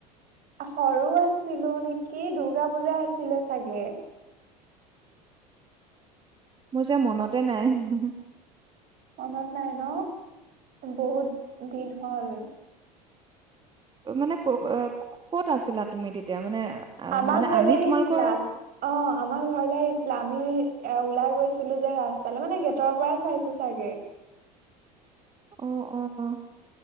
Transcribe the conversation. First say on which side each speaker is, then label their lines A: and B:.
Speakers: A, on the right; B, on the right.
A: সৰু আছিলোঁ নিকি? দুৰ্গা পূজা আছিলে চাগে।
B: মোৰ যে, মনতে নাই।
A: মনত নাই ন? বহুত দিন হ'ল।
B: মানে ক-ক'ত আছিলা? তুমি তেতিয়া মানে
A: আমাৰ
B: মানে
A: ঘৰলে
B: আমি
A: আহিছিলা,
B: তোমালোকৰ
A: অ', আমাৰ ঘৰলে আহিছিলা, আমি ওলাই গৈ ছিলো যে, ৰাস্তালৈ মানে গেটৰ পৰাই চাইছোঁ চাগে।
B: অ', অ',